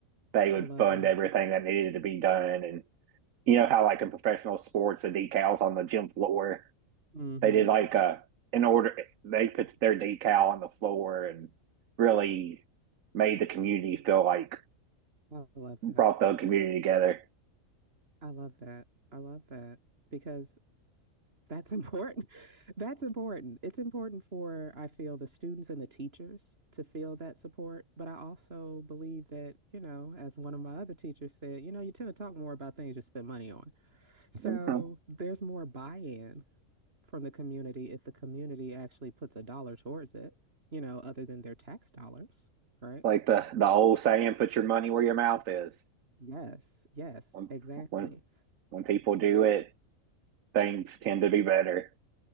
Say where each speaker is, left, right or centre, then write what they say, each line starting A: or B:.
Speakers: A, on the right (about 70°); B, on the right (about 45°).
A: they would
B: I love
A: fund
B: it.
A: everything that needed to be done. And you know how like in professional sports, the decals on the gym floor,
B: Mm-hmm.
A: they did like a in order they put their decal on the floor and really made the community feel like
B: I love
A: brought
B: that.
A: the community together.
B: I love that. I love that because that's important. <laughs> That's important. It's important for, I feel, the students and the teachers to feel that support. But I also believe that, you know, as one of my other teachers said, you know, you tend to talk more about things you spend money on. So
A: Mm-hmm.
B: there's more buy-in from the community if the community actually puts a dollar towards it, you know, other than their tax dollars, right?
A: Like the the old saying, "Put your money where your mouth is."
B: Yes, yes,
A: When
B: exactly.
A: when when people do it, things tend to be better.